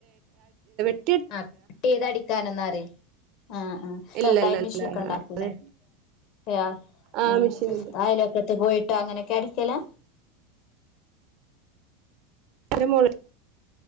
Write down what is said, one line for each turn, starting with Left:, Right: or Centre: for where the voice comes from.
Right: <unintelligible>
Left: ആ കട്ട് ചെയ്ത് അടിക്കാനന്ന ദെ ആ ആ സ്വന്തായിമിഷീൻ
Right: ഇല്ല ഇല്ല ഇല്ല
Left: ഒക്കെ ഉണ്ടായിരിക്കൂല്ലേ
Right: അതെ
Left: അ
Right: ആഹ്
Left: ആ
Right: മെഷീനുണ്ട്
Left: അയിലൊക്കെത്ത് പോയിട്ടാ അങ്ങനെയൊക്കെ അടിക്കലാ
Right: ഹലമോള്